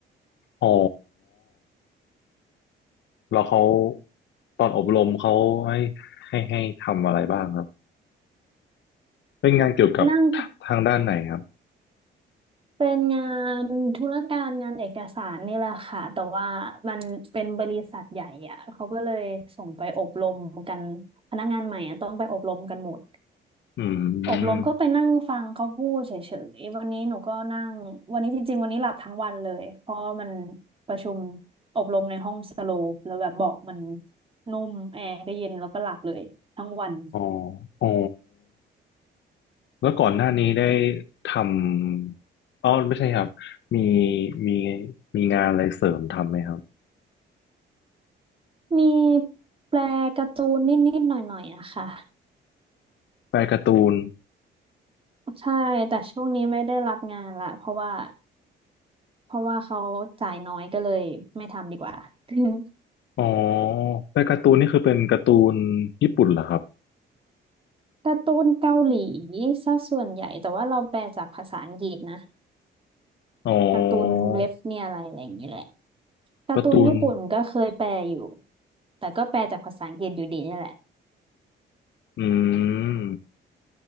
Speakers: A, on the left; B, on the right.
A: อ๋อแล้วเขาตอนอบรมเขาให้ให้ให้ทำอะไรบ้างครับเป็นงานเกี่ยวกับททางด้านไหนครับ
B: นั่งฟงเป็นงานธุรการงานเอกสารนี่แหละค่ะแต่ว่ามันเป็นบริษัทใหญ่อะเขาก็เลยส่งไปอบรมกันพนักงานใหม่อะต้องไปอบรมกันหมด
A: อืม
B: อบรมก็ไปนั่งฟังเขาพูดเฉยๆวันนี้หนูก็นั่งวันนี้จริงๆวันนี้หลับทั้งวันเลยเพราะมันประชุมอบรมในห้องสโลปแล้วแบบเบาะมันนุ่มแอร์ก็เย็นแล้วก็หลับเลยทั้งวัน
A: อ๋ออ๋อแล้วก่อนหน้านี้ได้ทำอ๋อไม่ใช่ครับ มีมีมีงานอะไรเสริมทำไหมครับ
B: มีแปลการ์ตูนนิดๆหน่อยๆอะค่ะ
A: แปลการ์ตูน
B: ใช่แต่ช่วงนี้ไม่ได้รับงานละเพราะว่าเพราะว่าเขาจ่ายน้อยก็เลยไม่ทำดีกว่า <laughs>
A: อ๋อแปลการ์ตูนนี่คือเป็นการ์ตูนญี่ปุ่นเหรอครับ
B: การ์ตูนเกาหลีซะส่วนใหญ่แต่ว่าเราแปลจากภาษาอังกฤษนะ
A: อ๋อ
B: การ์ตูนเว็บเนี่ยอะไรอะไรอย่างนี้แหละการ์ตูนญี่ปุ่นก็เคยแปลอยู่
A: การ์ตูน
B: แต่ก็แปลจากภาษาอังกฤษอยู่ดีเนี่ยแหละ
A: อืม